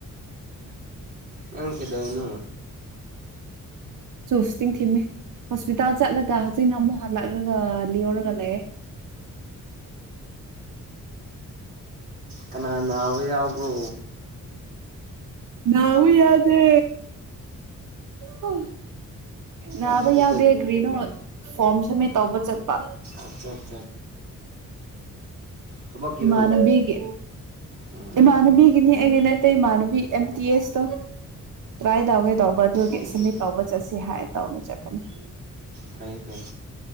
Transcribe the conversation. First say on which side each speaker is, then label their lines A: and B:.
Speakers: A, on the right; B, on the right.
A: ꯅꯪ ꯀꯩꯗꯧꯏꯅꯣ
B: ꯆꯨꯁꯇꯤꯡ ꯊꯤꯝꯃꯦ ꯍꯣꯁꯄꯤꯇꯥꯜ ꯆꯠꯂꯒ ꯍꯖꯤꯛꯅ ꯑꯃꯨꯛ ꯍꯜꯂꯛꯂꯒ ꯂꯤꯎꯔꯒ ꯂꯩꯑꯦ
A: ꯀꯅꯥ ꯅꯥꯕ ꯌꯥꯎꯕ꯭ꯔꯣ
B: ꯅꯥꯕ ꯌꯥꯎꯗꯦ ꯍ ꯅꯥꯕ
A: ꯑꯗꯨꯗꯤ
B: ꯌꯥꯎꯗꯦ ꯀꯔꯤ ꯅꯣ ꯐꯣꯝ ꯁꯃꯤꯠ ꯇꯧꯕ ꯆꯠꯄ
A: ꯑꯆꯥ ꯊꯕꯛꯀꯤꯔꯣ
B: ꯏꯃꯥꯟꯅꯕꯤꯒꯤ
A: ꯎꯝ
B: ꯏꯃꯥꯟꯅꯕꯤꯒꯤꯅꯤ ꯑꯩꯒꯤ ꯅꯠꯇꯦ ꯃ ꯅꯕꯤ
A: ꯎꯝ
B: ꯑꯦꯝ ꯇꯤ ꯑꯦꯁꯇꯣ ꯇ꯭ꯔꯥꯏ ꯇꯧꯒꯦ ꯇꯧ ꯕꯗꯨꯒꯤ
A: ꯑꯣ ꯑꯣ
B: ꯁꯃꯤꯠ ꯇꯧꯕ ꯆꯠꯁꯤ ꯍꯥꯏ ꯇꯧꯕ ꯆꯠꯄꯅꯤ
A: ꯐꯩ ꯐꯩ